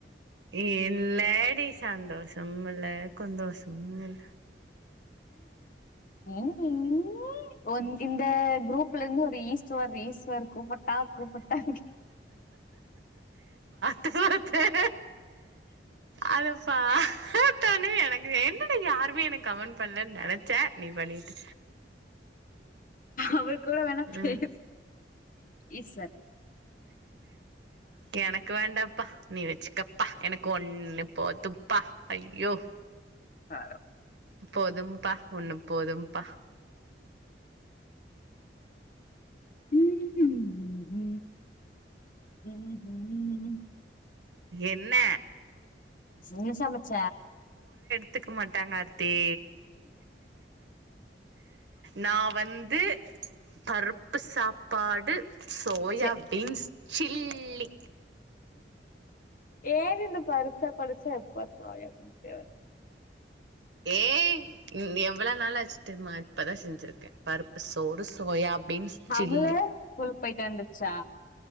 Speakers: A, on the right; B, on the left.
A: இல்லடி சந்தோஷமும் இல்ல குந்தோஷோமு இல்ல
B: உம் உ ஒ இந்த குரூப்ல இருந்து ஒரு ஈஸ்வர் ஈஸ்வர் கூப்பட் டா கூப்பட்டா
A: பாத்த அதப்பாத்தோனே எனக்கு வேணூ என்ன யாருமே எனக்கு கமெண்ட் பண்ணலன்னு நினைச்சே நீ பண்ணீட்ட
B: அவர் கூட வேணா பேசு
A: ம்
B: ஈஸ்வர்
A: எனக்கு வேண்டாப்பா நீ வச்சிக்கப்பா எனக்கு ஒன்னு போதுப்பா ஐயோ
B: ஆ
A: போதும்பா ஒன்னு போதும்பா
B: ம் ஹூம் ஹூ ஹூம் ஹூ
A: என்ன
B: என்ன சமச்ச
A: கத்துக்க மாட்டாங்க ஆர்த்தி நா வந்து பருப்பு சாப்பாடு சோயா
B: சே
A: பீன்ஸ் சில்லி
B: ஏது இந்த பருப்பு சாப்பாடு சே எப்ப பாரு சோயா பீன்ஸ்
A: ஏய் எவ்வள நாளாச்சி தெரியுமா இப்பதா செஞ்சிருக்கே பருப்பு சோறு சோயாபீன்ஸ் சில்லி
B: அமுல ஸ்கூலுக்கு போயிட்டு வந்துச்சா